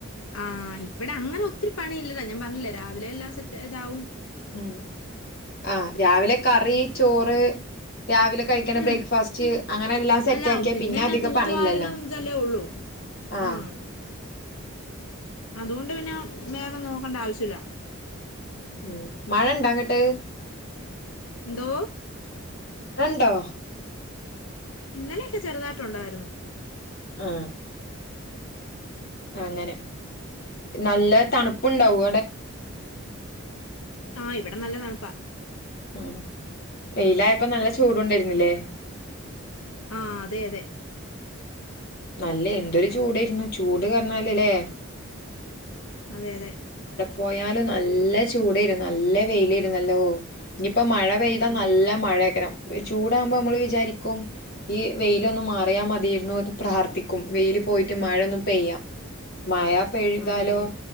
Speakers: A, on the left (about 85°); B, on the left (about 45°).
A: ആഹ് ഇവിടെ അങ്ങനെ ഒത്തിരി പണി ഇല്ലടാ ഞാൻ പറഞ്ഞില്ലേ രാവിലെ എല്ലാം സെറ്റ് ഇതാവും
B: ഉം ആഹ് രാവിലെ കറി ചോറ് രാവിലെ കഴിക്കണ
A: ഉം
B: ബ്രേക്ക്ഫാസ്റ്റ് അങ്ങനെ എല്ലാം സെറ്റ്
A: എല്ലാവും
B: ആക്കിയാ പിന്നെ അധികം
A: ഞാൻ തൂത്തുവാരലും
B: പണിയില്ലല്ലോ
A: ഇതല്ലേ ഉള്ളൂ
B: ആ
A: ആഹ് അതുകൊണ്ട് പിന്നെ വേറെ നോക്കണ്ട ആവശ്യില്ല
B: ഉം മഴ ഇണ്ടാങ്ങട്ടെ
A: എന്തോ
B: ണ്ടോ
A: ഇന്നലെയൊക്കെ ചെറുതായിട്ട ഉണ്ടായിരുന്നു
B: ആ അങ്ങനെ നല്ല തണുപ്പുണ്ടാവു
A: <inaudible> ആ് ഇവിടെ നല്ലതാണുപ്പാ
B: ആഹ് വെയിലായപ്പോ നല്ല ചൂടുണ്ടായിരുന്നില്ലേ
A: ആഹ് അതെ അതെ
B: നല്ല എന്തൊരു ചൂടേര്ന്നു ചൂട് കാരണലല്ലേ
A: അതെ അതെ
B: പോയാലും നല്ല ചൂടേന്നു നല്ല വെയിലാരുന്നല്ലോ ഇനിയിപ്പോ മഴ പെയ്താ
A: അതെ
B: നല്ല മഴയേക്കരം ചൂടാകുമ്പോ നമ്മള് വിചാരിക്കും ഈ വെയിലൊന്ന് മാറിയാൽ മതിരുന്നു അത് പ്രാർത്ഥിക്കും വെയില് പോയിട്ട് മഴൊന്നും പെയ്യ മഴ പെയ്താലോ
A: അതെ അതെ